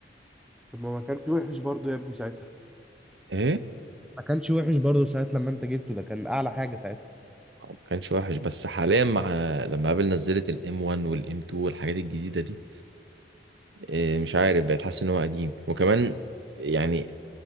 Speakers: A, in the centre; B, on the right (about 85°).
A: طب ما ما كانش وحش برضو يا ابني ساعتها
B: ايه
A: ما كانش وحش برضه ساعة لما انت جبته ده كان اعلى حاجة ساعتها
B: هو ما كانش وحش بس حاليا مع لما ابل نزلت الام 1 والام 2 والحاجات الجديدة دي إيه مش عارف بقيت حاسس ان هو قديم وكمان يعني